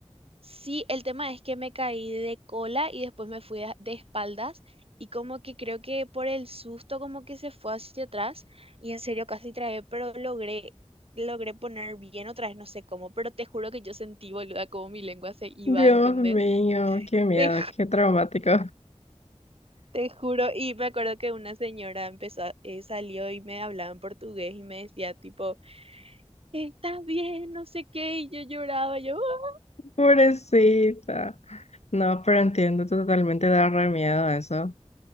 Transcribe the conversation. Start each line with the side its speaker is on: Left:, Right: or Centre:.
Right: sí, el tema es que me caí de cola y después me fui a- de espaldas y como que creo que por el susto como que se fue hacia atrás y en serio casi tragué, pero logré, logré poner bien otra vez, no sé cómo, pero te juro que yo sentí, boluda, como mi lengua se iba,
Left: Dios
Right: ¿entendés?
Left: mío, qué miedo,
Right: Te
Left: qué traumático.
Right: Te juro, y me acuerdo que una señora empezó, a- eh, salió y me hablaba en portugués y me decía tipo, ¿estás bien? No sé qué, y yo lloraba, yo, "Ah".
Left: Pobrecita. No, pero entiendo totalmente, da re miedo eso.